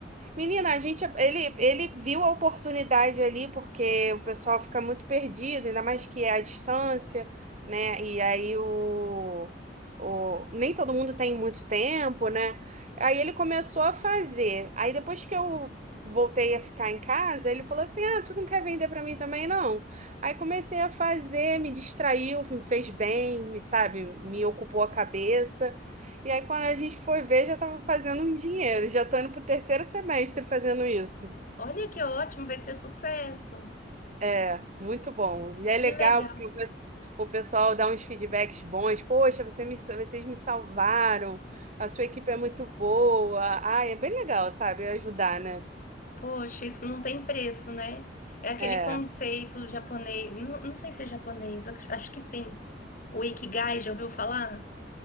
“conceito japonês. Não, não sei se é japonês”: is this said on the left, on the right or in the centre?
Left